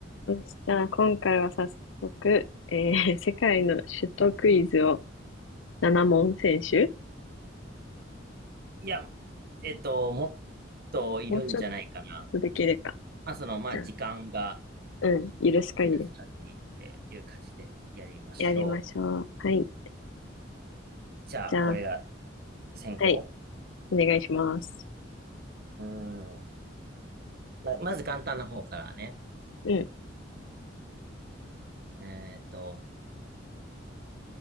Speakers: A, on the left; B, on the right.
A: そしたら今回は早速、えー <laughs> 世界の首都クイズを7問選手
B: いや、えっと、もっといるんじゃないかな。
A: もうちょっとできるか。
B: まあ、その、まあ、
A: じゃあ、
B: 時間が
A: うん、許す限り
B: 許す限りっていう感じでやりましょう。
A: やりましょう。はい。
B: じゃあ、
A: じゃあ、
B: 俺が先行
A: はい、お願いします。
B: うーん。ま、まず簡単な方からね。
A: うん、
B: えっと、